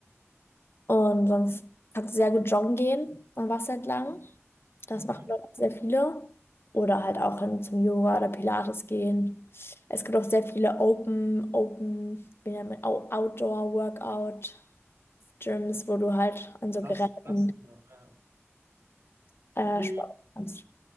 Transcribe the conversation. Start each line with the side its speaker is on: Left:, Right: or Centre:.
Left: Und sonst kannst du sehr gut joggen gehen am Wasser entlang. Das
Right: Mhm.
Left: machen dort auch sehr viele. Oder halt auch hin zum Yoga oder Pilates gehen. Es gibt auch sehr viele Open, Open, wie nennt man, Outdoor-Workout. Gyms, wo du halt an so
Right: Krass,
Left: Geräten
Right: passt oder? Ja.
Left: äh,
Right: Und wie,
Left: Sport kannst.